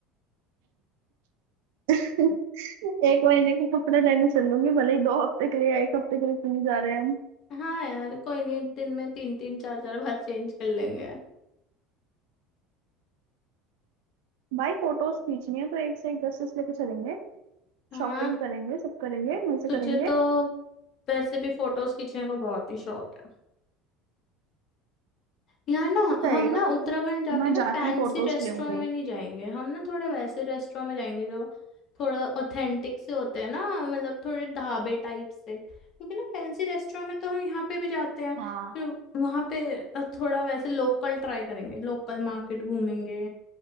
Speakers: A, on the right; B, on the left.
A: <laughs> एक महीने के कपड़े लेने चल लूंगी भले ही दो हफ्ते के लिए या एक हफ्ते के लिए क्यों नहीं जा रहे हैं हम
B: हाँ यार कोई नहीं दिन में तीन तीन चार चार बार चेंज कर लेंगे
A: भाई फोटोज खींचनी है तो एक से एक ड्रेसेस लेके चलेंगे
B: हाँ
A: शॉपिंग करेंगे सब करेंगे मजे
B: तुझे
A: करेंगे
B: तो वैसे भी फोटोज खींचने का बहुत ही शौक यार ना
A: सही
B: हम ना
A: बात
B: उत्तराखंड
A: है तो
B: जाके
A: मैं
B: ना
A: जाती
B: फैंसी
A: फोटोज
B: रेस्टोरेंट
A: ले लूं कहीं
B: में नहीं जाएंगे हम ना थोड़े वैसे रेस्टोरेंट में जाएंगे जो थोड़ा ऑथेंटिक से होते हैं ना मतलब थोड़े ढाबे टाइप से क्योंकि ना फैंसी रेस्टोरेंट में तो हम यहाँ पे भी जाते हैं
A: हाँ
B: फिर वहाँ पे अ, थोड़ा वैसे लोकल ट्राई करेंगे लोकल मार्केट घूमेंगे